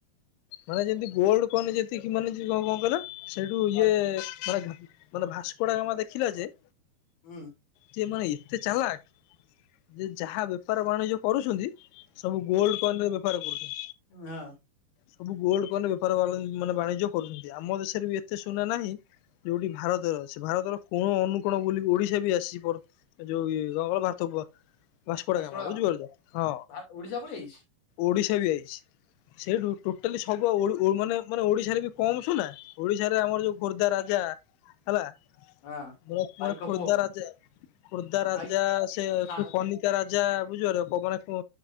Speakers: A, on the left (about 85°); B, on the left (about 70°).
A: ମାନେ ଯେମିତି ଗୋଲଡ କଏନ ଯେତିକି ମାନେ କଣ କହିଲ? ସେଇଠୁ
B: ହଁ
A: ଇଏ ମାନେ ମାନେ ଭାସ୍କଡାଗାମା ଦେଖିଲା ଯେ
B: ହଁ।
A: ଯେ ମାନେ ଏତେ ଚାଲାକ, ଯେ ଯାହା ବେପାର ବାଣିଜ୍ୟ କରୁଛନ୍ତି ସବୁ ଗୋଲଡ କଏନ ରେ ବେପାର କରୁ
B: ହଁ
A: ସବୁ ଗୋଲଡ କଏନ୍ ବେପାର ବାଣୀ ମାନେ ବାଣିଜ୍ୟ କରୁଛନ୍ତି। ଆମ ଦେଶରେ ବି ଏତେ ସୁନା ନାହିଁ ଯୋଉଠି ଭାରତର ଅଛି। ଭାରତର କୋଣ ଅନୁ କଣ ବୁଲି ଓଡ଼ିଶା ବି ଆସିବ ଯୋଉ ଏ ରଳ ଭାର ଭାସ୍କୋଡ଼ାଗାମା
B: ଭାସ୍କର
A: ବୁଝିପାରୁଛ ହଁ।
B: ଭା ଓଡିଶା ପଳେଇ ଆଇଛି
A: ଓଡ଼ିଶା ବି ଆଇଛି ସେଇଠୁ ଟୋଟାଲି ସବୁ ଓ ଓ ମାନେ ମାନେ ଓଡ଼ିଶାରେ ବି କମ୍ ସୁନା। ଓଡ଼ିଶାରେ ଆମର ଯୋଉ ଖୋର୍ଦ୍ଧା ରାଜା ହେଲା
B: ହଁ।
A: ଭରତ କୁମାର
B: ପାଇକ
A: ଖୋର୍ଦ୍ଧା
B: ପୁଅ
A: ରାଜା ଖୋର୍ଦ୍ଧା ରାଜା
B: ପାଇ
A: ସେ
B: ଖା
A: ପନି ତା ରାଜା ବୁଝିପାରଲ ପବନା ପୁଅ